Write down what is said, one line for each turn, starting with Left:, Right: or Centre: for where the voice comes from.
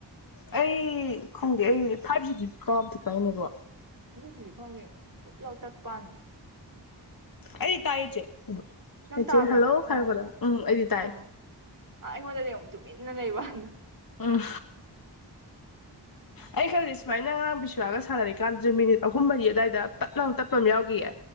Left: ꯑꯩ ꯈꯪꯗꯦ ꯑꯩ ꯐꯥꯏꯚ ꯖꯤꯒꯤ ꯀꯥꯇꯤꯀꯥꯏ ꯅꯣꯏꯕꯣ
Right: ꯑꯗꯨꯒꯤꯔ ꯈꯪꯗꯦ ꯄꯨꯠꯂꯥꯎꯇꯠꯄꯥꯋꯅꯤꯗ
Left: ꯑꯩ ꯇꯥꯏꯆꯦ
Right: ꯅꯪ
Left: ꯆꯦꯆꯦꯅ
Right: ꯇꯥꯕ꯭ꯔꯕ
Left: ꯍꯜꯂꯣ
Right: ꯑꯣ
Left: ꯍꯥꯏꯔꯛꯄꯗꯣ ꯎꯝ ꯑꯩꯗꯤ ꯇꯥꯏ
Right: ꯑꯣ ꯑꯥ ꯑꯩꯉꯣꯟꯗꯗꯤ ꯑꯃꯨꯛ ꯇꯨꯃꯤꯟꯅ ꯂꯩꯕꯋꯅꯤꯗ
Left: ꯎꯝ ꯑꯩ ꯈꯪꯗꯦ ꯁꯨꯃꯥꯏꯅ ꯉꯔꯥꯡ ꯕꯤꯁ꯭ꯋꯥꯒ ꯁꯥꯅꯔꯤꯀꯥꯟꯗꯁꯨ ꯃꯤꯅꯤꯠ ꯑꯍꯨꯝ ꯃꯔꯤ ꯑꯗꯨꯋꯥꯏꯗ ꯄꯠꯅ ꯑꯃ ꯇꯠꯄ ꯑꯃ ꯌꯥꯎꯈꯤꯌꯦ